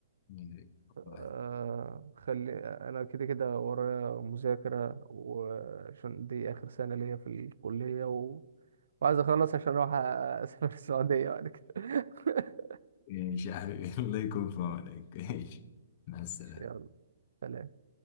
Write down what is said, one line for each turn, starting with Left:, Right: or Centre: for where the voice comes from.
Left: <laughs>
Right: آه
Left: والله.
Right: خلي انا كده كده ورايا مذاكرة وعشان دي اخر سنة ليا في الكلية و... وعايز اخلص عشان اروح اسافر <laughs> السعودية بعد كده <laughs>
Left: ماشي يا حبيبي الله يكون في عونك ماشي مع السلامة
Right: ماشي، يلا سلام